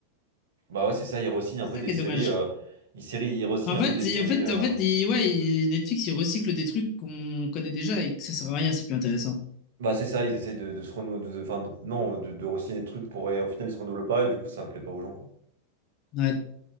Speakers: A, on the right; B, on the left.
A: Bah ouais, c'est ça, ils re un
B: C'est
A: peu
B: ça
A: des
B: qui
A: séries,
B: est dommage.
A: euh, ils séries, ils re
B: En
A: un
B: fait,
A: peu des
B: c'est-
A: séries...
B: en fait,
A: euh,
B: en fait il- ouais, il- Netflix, il recycle des trucs qu'on connaît déjà et que ça sert à rien, c'est plus intéressant.
A: Bah c'est ça, ils essayent de, de se renouveler, enfin de- non, de, de re-signer des trucs pour et au final ils se renouvellent pas et du coup ça plaît pas aux gens quoi.
B: Ouais.